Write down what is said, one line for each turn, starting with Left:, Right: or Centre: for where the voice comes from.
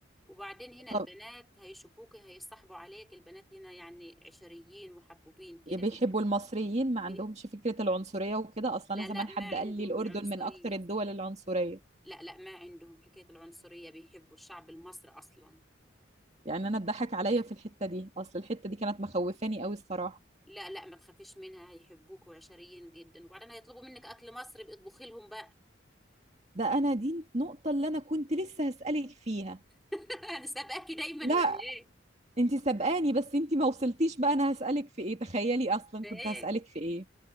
Centre: وبعدين هنا
Right: طب
Centre: البنات هيشوفوكي هيصاحبوا عليك البنات هنا يعني عشريين محبوبين كده
Right: بيحبوا
Centre: بيحبوا
Right: المصريين ما عندهمش
Centre: بيح-
Right: فكرة العنصرية وكده اصلا
Centre: لا
Right: انا زمان
Centre: لا ما
Right: حد
Centre: عندهم
Right: قال لي الاردن
Centre: العنصريه
Right: من اكتر الدول العنصرية
Centre: لا لا ما عندهم حكاية العنصرية بيحبوا الشعب المصري أصلا
Right: يعني انا اتضحك عليا في الحتة دي اصل الحتة دي كانت مخوفاني قوي الصراحة
Centre: لا لا ما تخافيش منها هيحبوك وعشريين جدا وبعدين هيطلبوا منك أكل مصري بقى اطبخي لهم بقى
Right: ده انا دي النقطة اللي انا كنت لسه هسألك فيها
Centre: <laughs> أنا سابقاكي دايما
Right: لا
Centre: ولا إيه؟
Right: انتي سبقاني بس انتي ما وصلتيش بقى انا هسألك في ايه تخيلي اصلا
Centre: فإيه؟
Right: كنت هسألك في ايه